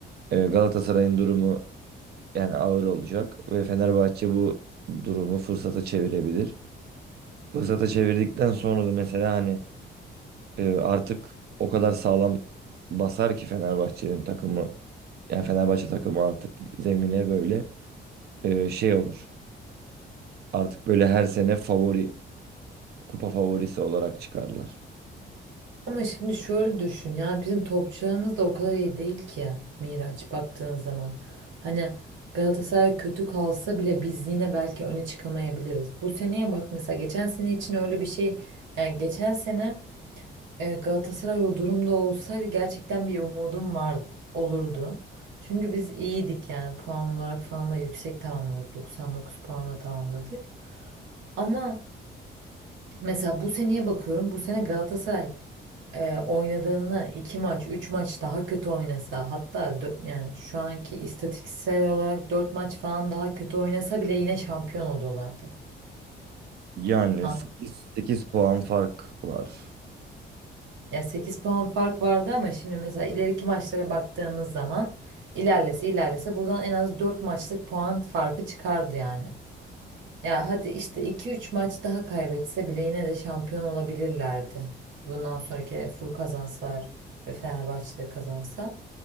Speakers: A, on the right; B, on the right.
A: e, Galatasaray'ın durumu yani ağır olacak ve Fenerbahçe bu durumu fırsata çevirebilir. Fırsata çevirdikten sonra da mesela hani e, artık o kadar sağlam basar ki Fenerbahçe'nin takımı yani Fenerbahçe takımı artık zemine böyle e, şey olur. Artık böyle her sene favori, kupa favorisi olarak çıkarlar.
B: Ama şimdi şöyle düşün yani bizim topçularımız da o kadar iyi değil ki Miraç baktığın zaman. Hani Galatasaray kötü kalsa bile biz yine belki öne çıkamayabiliriz. Bu seneye bak mesela geçen sene için öyle bir şey yani geçen sene e, Galatasaray o durumda olsaydı gerçekten bir umudum var olurdu. Çünkü biz iyiydik yani puan olarak falan da yüksek tamamladık 99 puanla tamamladık. Ama mesela bu seneye bakıyorum bu sene Galatasaray e, oynadığından iki maç, üç maç daha kötü oynasa hatta dö- yani şu anki istatistiksel olarak dört maç falan daha kötü oynasa bile yine şampiyon oluyorlardı.
A: Yani
B: An-
A: sekiz sekiz puan fark var.
B: Ya 8 puan fark vardı ama şimdi mesela ileriki maçlara baktığımız zaman ilerlese ilerlese buradan en az 4 maçlık puan farkı çıkardı yani. Ya hadi işte iki üç maç daha kaybetse bile yine de şampiyon olabilirlerdi. Bundan sonraki Fur kazansalar ve Fenerbahçe de kazansa.